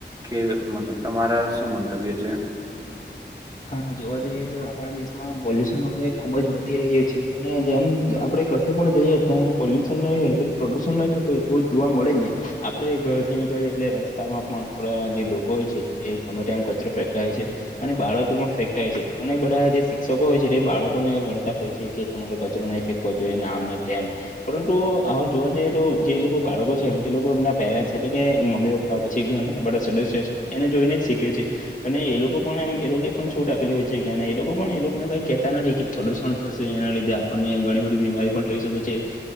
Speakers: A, on the right; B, on the left.
A: કે મતલબ તમારા શું મંતવ્ય છે?
B: હા જોવા જઈએ તો આપણા દેશમા પોલ્યુશન હવે ખુબ જ વધી રહ્યું છે, અને જેમ આપડે કશે પણ જઈએ ત્યાં પોલુ શન ન હોય એટ પ્રદુષણ નહી થતુ હોય એવું જોવા મળે જ નઇ, આપડે ઘરેથી નીકળએ એટલે રસ્તામાં પણ આપણા જે લોકો હોય છે તે ગમે તે એમ કચરા ફેકતા હોય છે, અને બાળ કો છે અને બધા જે શિક્ષકો હોય છે તે બાળકોને વળતા હોય છે કે તમારો કચરો નઈ ફેકવો જોઈએ. મ ને તેમ, પરંતુ હવે જોવા જઈએ તો જે લોકો બાળકો છે તે લોકો એમના પેરેન્ટસ એટલે કે મમ્મી પપ્પા પછી ઘરના બધા સદસ્ય છે એને જોઈને જ શીખે છે, અને એ લોકો પણ એમ એ લોકો પણ છૂટ આપેલી હોય છે કે એ લોકો પણ એ લોકોને કઈ કહેતા નથી કે પ્રદુષણ થશે એના લીધે આપણને ઘણી બધી બી મારી